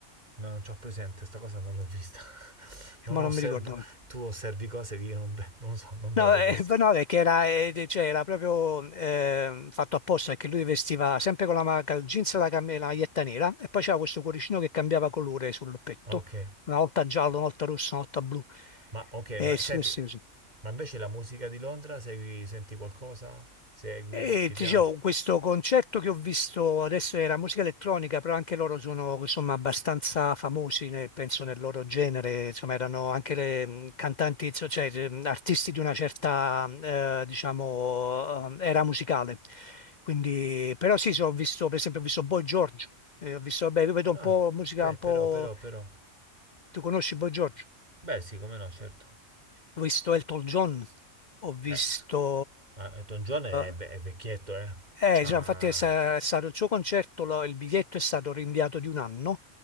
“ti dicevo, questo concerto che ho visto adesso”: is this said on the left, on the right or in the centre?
Left